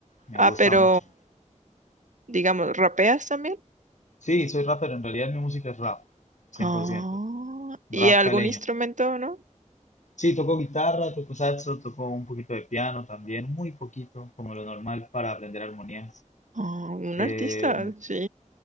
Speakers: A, on the left (about 70°); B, on the right (about 80°).
A: Me
B: Ah,
A: gusta
B: pero,
A: mucho.
B: digamos, ¿rapeas también?
A: Sí, soy rapero, en realidad mi música es rap, 100%
B: Ah,
A: rap
B: ¿y algún
A: caleño.
B: instrumento, no?
A: Sí, tocó guitarra, tocó saxo, tocó un poquito de piano también, muy poquito, como lo normal para aprender armonías.
B: Ah, un
A: Eh,
B: artista, sí.